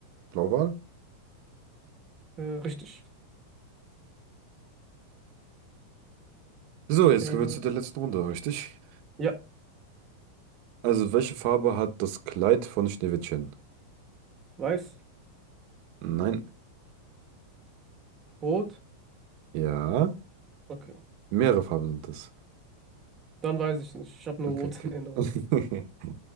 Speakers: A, on the right; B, on the right.
A: Blauwal?
B: Äh, richtig.
A: So, jetzt
B: Äh,
A: kommen wir zu der letzten Runde, richtig?
B: ja,
A: Also, welche Farbe hat das Kleid von Schneewittchen?
B: weiß,
A: Nein.
B: rot.
A: Ja.
B: Okay.
A: Mehrere Farben sind es.
B: Dann weiß ich nicht. Ich habe nur
A: Okay,
B: rot
A: okay.
B: in Erinnerung.
A: <laughs>